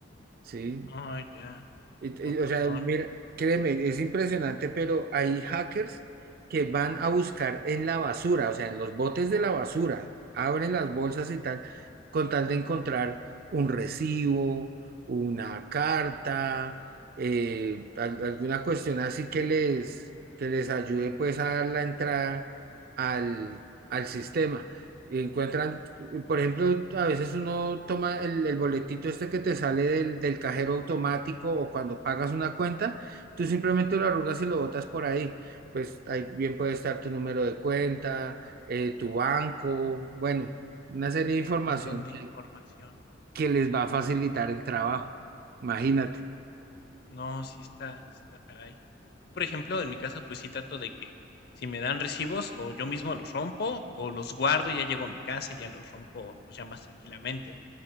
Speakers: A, on the right; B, on the left.
A: ¿sí?
B: Ah, ya.
A: Et- eh,
B: Con razón.
A: O sea, mira, créeme, es impresionante, pero hay hackers que van a buscar en la basura, o sea, en los botes de la basura, abren las bolsas y tal, con tal de encontrar un recibo, una carta, eh, al- alguna cuestión así que les, que les ayude pues a dar la entrada al, al sistema. Encuentran por ejemplo, a veces uno toma el, el boletito este que te sale del, del cajero automático o cuando pagas una cuenta, tú simplemente lo arrugas y lo botas por ahí. Pues ahí bien puede estar tu número de cuenta, eh, tu banco, bueno, una serie de información
B: Un montón de
A: que,
B: información.
A: que les va a facilitar el trabajo. Imagínate.
B: No, sí está, sí está caray. Por ejemplo, en mi caso, pues sí trato de que si me dan recibos, o yo mismo los rompo, o los guardo y ya llego a mi casa y ya los rompo, pues ya más tranquilamente.